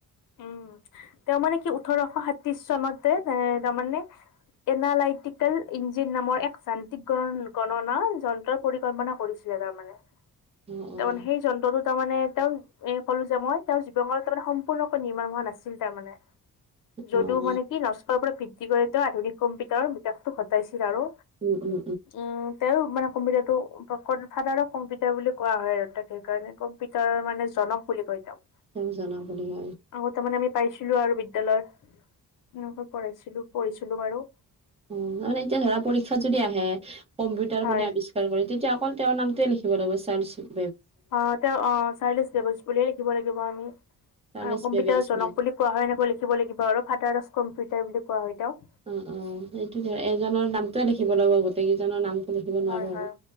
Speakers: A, on the left; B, on the right.
A: উম তেওঁ মানে কি ওঠৰশ সাত্ৰিশ চনতে এ তাৰমানে এনালাইটিকেল ইঞ্জিন নামৰ এক যান্ত্ৰিক গ গণনা যন্ত্ৰৰ পৰিকল্পনা কৰিছিল। জেগামানে।
B: অ',
A: তাৰমানে
B: অ',
A: সেই যন্ত্ৰটো তাৰমানে তেওঁ এ ক'লো যে মই তেওঁৰ জীৱনত তাৰমানে পলকৈ নিৰ্মাণ হোৱা নাছিল তাৰ মানে, যদিও
B: অ', অ'।
A: মানে কি নষ্ট পৰা ভিত্তি কৰি তেওঁ আধুনিক কম্পিউটাৰৰ বিকাশটো ঘটাইছিল আৰু
B: উম, উম,
A: উম তেওঁ মানে কম্পিউটাৰটো ফাডাৰ অফ কম্পিউটাৰ বুলি কোৱা হয় আৰু তাক সেইকাৰণে কম্পিউটাৰৰ মানে য- জনক বুলি কয় তেওঁক।
B: তেওঁক জনক বুলি অ।
A: আগত তাৰমানে আমি পাইছিলো আৰু বিদ দ্যালয়ত তেনেকুৱা কৰাইছিলো পঢ়িছিলো বাৰু।
B: অ তাৰমানে এতিয়া ধৰা পৰীক্ষাত যদি আহে কম্পিউটাৰ
A: হয়।
B: কোনে আৱিষ্কাৰ কৰে তেতিয়া অকল তেওঁৰ নাম তোয়ে লিখিব লাগিব চাৰ্লছো
A: অ তেওঁ অ চাৰ্লছ বেবেজ বুলিয়ে লিখিব লাগিব আমি।
B: চাৰ্লছ
A: আৰু কম্পিউটাৰ
B: বেবেজ
A: জনক
B: নাই।
A: বুলি কোৱা হয় এনেকৈ লিখিব লাগিব আৰু ফাডাৰ অফ কম্পিউটাৰ বুলি। কোৱা হয় তেওঁক।
B: অ অ সেইটোটো এজনৰ নামটোৱে লিখিব লাগিব গোটেই কেইজনৰ নাম লিখিব নোৱাৰোঁ
A: হয়, হয়।
B: আৰু।